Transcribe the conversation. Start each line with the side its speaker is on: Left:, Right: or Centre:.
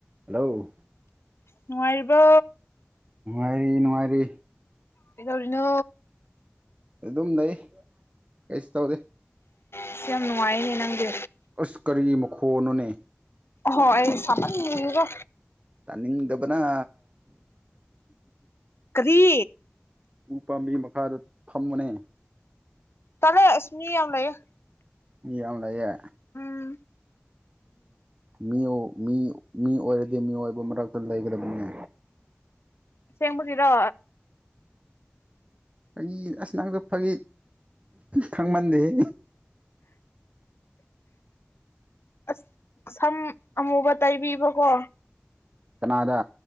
Right: hello
Left: ꯅꯨꯡꯉꯥꯏꯔꯤꯕꯣ
Right: ꯅꯨꯡꯉꯥꯏꯔꯤ ꯅꯨꯡꯉꯥꯏꯔꯤ
Left: ꯀꯩꯗꯧꯔꯤꯅꯣ
Right: ꯑꯗꯨꯝ ꯂꯩ ꯀꯩꯁꯨ ꯇꯧꯗꯦ
Left: ꯏꯁ ꯌꯥꯝꯝ ꯅꯨꯡꯉꯥꯏꯅ ꯅꯪꯗꯤ
Right: ꯑꯁ ꯀꯔꯤ ꯃꯈꯣꯟꯅꯣꯅꯦ
Left: ꯍꯣꯏ ꯁꯃꯟꯒ
Right: ꯇꯅꯤꯡꯗꯕꯅ
Left: ꯀꯔꯤ
Right: ꯎꯄꯥꯝꯕꯤ ꯃꯈꯥꯗ ꯐꯝꯃꯣꯅꯦ
Left: ꯇꯂꯦ ꯑꯁꯃꯤ ꯌꯥꯝ ꯂꯩꯌꯦ
Right: ꯃꯤ ꯌꯥꯝ ꯂꯩꯌꯦ
Left: ꯎꯝ
Right: ꯃꯤ ꯃꯤ ꯑꯣꯏꯔꯗꯤ ꯃꯤ ꯑꯣꯏꯕ ꯃꯔꯛꯇ ꯂꯩꯒꯗꯕꯅꯦ
Left: ꯑꯁꯦꯡꯕꯒꯤꯔꯣ
Right: ꯑꯩ ꯑꯁ ꯅꯪꯁꯨ ꯐꯒꯤ ꯈꯪꯃꯟꯗꯦꯍꯦ
Left: ꯑꯁ ꯁꯝ ꯑꯃꯨꯕ ꯇꯩꯕꯤꯕꯀꯣ
Right: ꯀꯅꯥꯒ